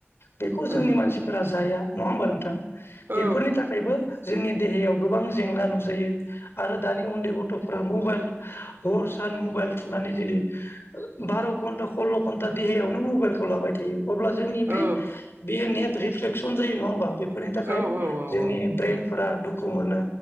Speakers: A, on the left; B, on the right.
A: बेखौ
B: खोना
A: जोंनि मानसिफोरा जाया नंङा ओमबा नोंथां
B: औ
A: बेफोरनि थाखायबो जोंनि देहायाव गोबां जेंना नुजायो आरो दानि उन्दै गथ'फोरा मबाइल हर सान मबाइल थुनानै दिनै बार' घन्टा सल्ल' घन्टा देहायावनो मबाइलखौ लाबाय थायो अब्ला जोंनि बे
B: औ
A: बेयो नेट रिफ्लेकसन जायो नङा होमबा बे फोरनि थाखाय
B: औ औ
A: जोंनि ब्रेनफोरा दुखु मोनो।